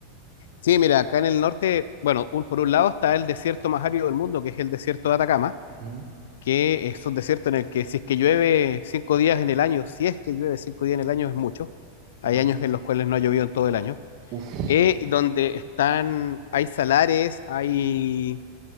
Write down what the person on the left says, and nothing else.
Sí, mira, acá en el norte, bueno, un- por un lado está el desierto más árido del mundo, que es el desierto de Atacama,
que es un desierto en el que si es que llueve cinco días en el año, si es que llueve cinco días en el año es mucho. Hay
años en los cuales no ha llovido en todo el año.
Eh, y donde están, hay salares, hay,